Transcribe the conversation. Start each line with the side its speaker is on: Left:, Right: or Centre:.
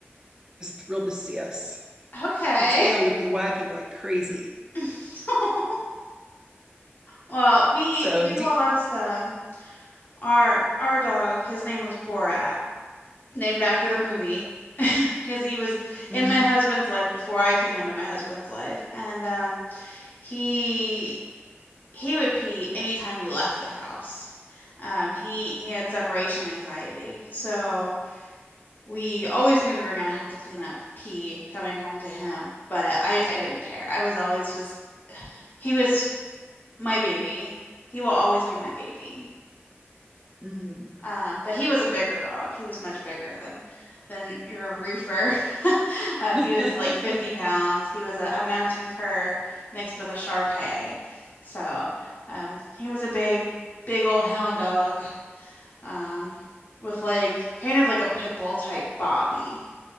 Right: was thrilled to see us.
Left: Okay.
Right: The tail would be wagging like crazy.
Left: <laughs> Well, we
Right: So,
Left: we lost um our our dog. His name was Borat, named after the movie, <laughs> because he was
Right: mm-hmm,
Left: in my husband's life before I came into my husband's life, and um he he would pee anytime we left the house. Um, he he had separation anxiety, so we always knew we were gonna have to clean up pee coming home to him, but I I didn't care. I was always just he was my baby. He will always be my baby.
Right: mm-hmm.
Left: Um, but he was a bigger dog. He was much bigger than than your roofer. <laughs> Um,
Right: <laughs>
Left: he was like 50 pounds. He was a, a mountain cur mixed with a Shar Pei. So um, he was a big, big old hound dog um, with like kind of like a pit bull type body.